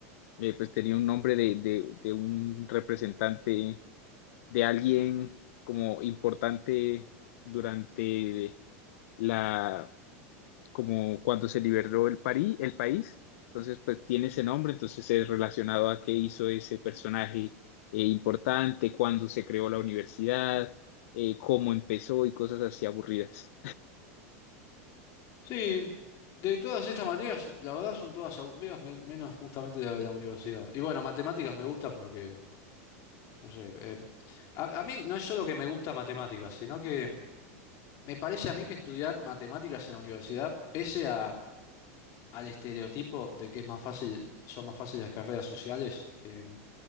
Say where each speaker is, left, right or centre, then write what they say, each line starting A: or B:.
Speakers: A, on the left; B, on the left.
A: eh, pues tenía un nombre de, de, de un representante, de alguien como importante durante la, como cuando se liberó el, París, el país, entonces pues tiene ese nombre, entonces es relacionado a qué hizo ese personaje eh, importante, cuándo se creó la universidad, eh, cómo empezó y cosas así aburridas.
B: Sí, de todas estas materias, la verdad son todas aburridas, men- menos justamente la de la universidad. Y bueno, matemáticas me gusta porque, no sé, eh, a, a mí no es solo que me gusta matemáticas, sino que me parece a mí que estudiar matemáticas en la universidad, pese a, al estereotipo de que es más fácil, son más fáciles las carreras sociales, em,